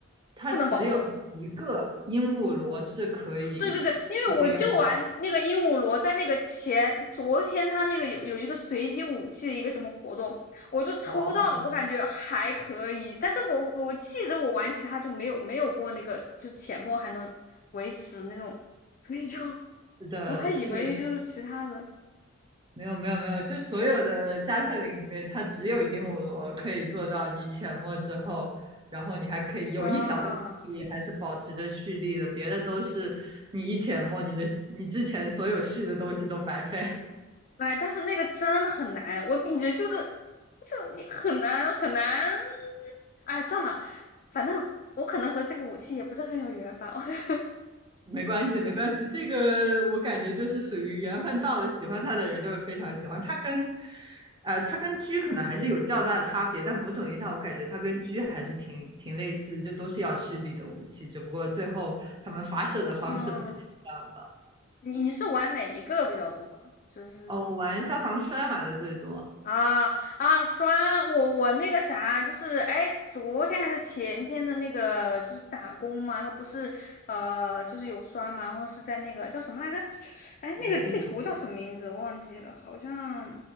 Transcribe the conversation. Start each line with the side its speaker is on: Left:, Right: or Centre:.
Right: 它只有一个鹦鹉螺是可以蓄力好吧？
Left: 不能保持是吗？对对对，因为我就玩那个鹦鹉螺，在那个前昨天他那个有有一个随机武器的一个什么活动，我就抽到了，
Right: 哦，
Left: 我感觉还可以，但是我我记得我玩其他就没有没有过那个，就是浅墨还能维持那种，所以就
Right: 是的，
Left: 我还以为就是其他的
Right: 是的，没有没有没有，就所有的加特林里面，它只有鹦鹉螺可以做到你潜没之后，然后你还可以有一小段距离还是保持着蓄力的，
Left: 啊，
Right: 别的都是你一潜没，你的你之前所有蓄的东西都白费。
Left: 哎，但是那个真的很难，我感觉就是，就你很难很难，哎，算了，反正我可能和这个武器也不是很有缘吧。<laughs>
Right: 没关系，没关系，这个我感觉就是属于缘分到了，喜欢他的人就会非常喜欢他跟，呃，他跟狙可能还是有较大的差别，但某种意义上我感觉他跟狙还是挺挺类似，就都是要蓄力的武器，只不过最后他们发射的方式不太一样吧。
Left: 嗯，你你是玩哪一个比较多呢就是
Right: 哦，我玩消防栓玩的最多，
Left: 啊啊，刷我我那个啥，就是哎，昨天还是前天的那个，就是打工嘛，他不是呃，就是有刷嘛，然后是在那个叫什么来着？哎，
Right: 哪个地图
Left: 那个地图叫什么名字？忘记了，好像